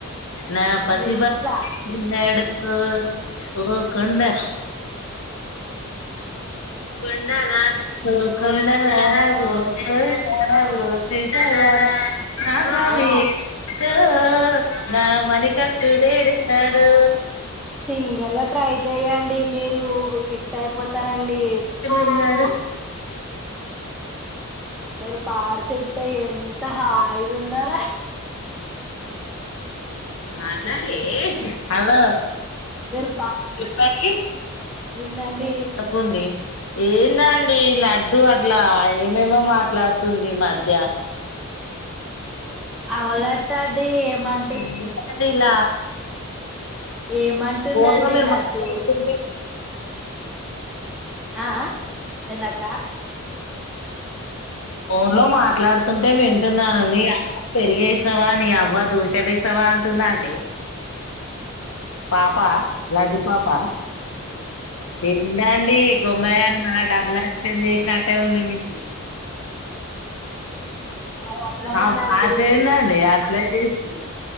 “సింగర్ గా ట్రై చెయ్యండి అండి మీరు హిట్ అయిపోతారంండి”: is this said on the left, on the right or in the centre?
Centre